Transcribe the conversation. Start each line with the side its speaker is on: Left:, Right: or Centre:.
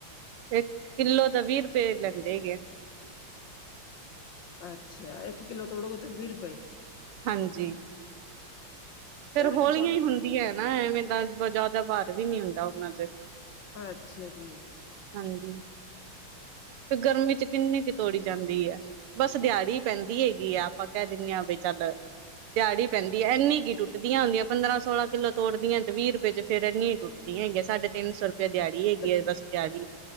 Right: ਇੱਕ ਕਿੱਲੋ ਦੇ ਵੀਹ ਰੁਪਏ ਲੈਂਦੇ ਹੈਗੇ।
Left: ਅੱਛਾ, ਇੱਕ ਕਿਲੋ ਤੋੜੋਗੇੋ ਤਾਂ ਵੀਹ ਰੁਪਏ
Right: ਹਾਂਜੀ।
Left: ਫਿਰ
Right: ਫੇਿਰ
Left: ਇਹਦੇ
Right: ਹੌਲੀਆਂ
Left: ਵਿੱਚ ਤੁਹਾਨੂੰ
Right: ਹੀ ਹੁੰਦੀਆਂ ਹੈ। ਨਾ ਐਵੇਂ ਤਾਂ ਜ਼ਿਆਦਾ ਭਾਰ ਵੀ ਨੀ ਹੁੰਦਾ, ਉਹਨਾਂ ਚ
Left: ਅੱਛਾ ਜੀ।
Right: ਹਾਂਜੀ। ਫੇਰ ਗਰਮੀ ਚ ਕਿੰਨੀ ਕੁ ਤੋੜੀ ਜਾਂਦੀ ਐ। ਬਸ ਦਿਹਾੜੀ ਪੈਂਦੀ ਹੈਗੀ ਆ, ਆਪਾਂ ਕਹਿ ਦਿੰਦੇ ਹਾਂ ਵੀ ਚੱਲ ਦਿਹਾੜੀ ਪੈਂਦੀ ਹੈ। ਇੰਨੀ ਕੀ ਟੁੱਟ ਟੁਟੱਦੀਆਂ ਹੁੰਦੀਆ ਪੰਦਰਾਂ ਸੋਲਾਂ ਕਿੱਲੋ ਤੋੜਦੀਆਂ ਤੇ ਵੀਹ ਰੁਪਏ ਚ ਫੇਰ ਐਨੀਆਂ ਹੀ ਟੁੱਟਦੀਆ ਗੀਆਂ ਸਾਢੇ ਤਿੰਨ ਸੌੁ ਰੁਪਏ ਦਿਹਾੜੀ ਹੈਗੀ
Left: ਤੇ
Right: ਆ, ਬਸ ਦਿਹਾੜੀ